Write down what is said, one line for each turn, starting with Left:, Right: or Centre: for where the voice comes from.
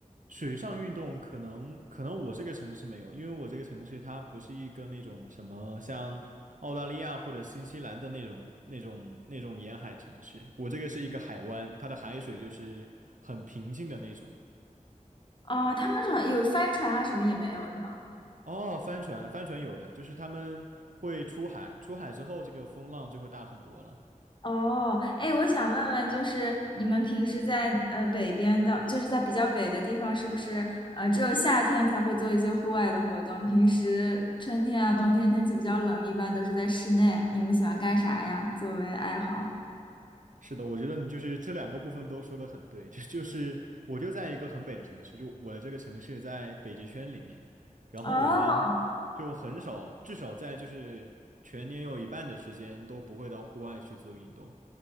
Right: 水上运动可能可能我这个城市没有，因为我这个城市它不是一个那种什么像澳大利亚或者新西兰的那种那种那种沿海城市，我这个是一个海湾，它的海水就是很平静的那种。
Left: 哦，他们说有帆船啊，什么也没有，是吗？
Right: 哦，帆船，帆船有的，就是他们会出海，出海之后这个风浪就会大很多了。
Left: 哦，哎，我想问问，就是你们平时在呃北边的，就是在比较北的地方，是不是呃只有夏天才会做一些户外的活动？平时春天啊、冬天天气比较冷，一般都是在室内。你们喜欢干啥呀？作为爱好？
Right: 是的，我觉得你就是这两个部分都说的很对，这就是我就在一个很北的城市，就我的这个城市在北极圈里面，然后我们就很少，
Left: 哦，
Right: 至少在就是全年有一半的时间都不会到户外去做运动，